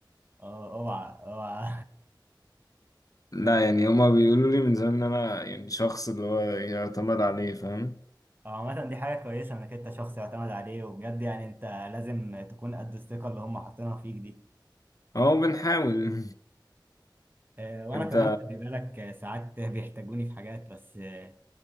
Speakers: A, on the right; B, on the left.
A: اه اوعى اوعى
B: لا
A: <laughs>
B: يعني هما بيقولوا لي من زمان ان انا يعني شخص اللي هو يعتمد عليه فاهم
A: هو عامة دي حاجة كويسة انك انت شخص يعتمد عليه وبجد يعني انت لازم تكون قد الثقة اللي هم حاطينها فيك دي
B: اهو بنحاول
A: آه،
B: <laughs>
A: وانا
B: انت
A: كمان خلي بالك آه، ساعات بيحتاجوني في حاجات بس آه،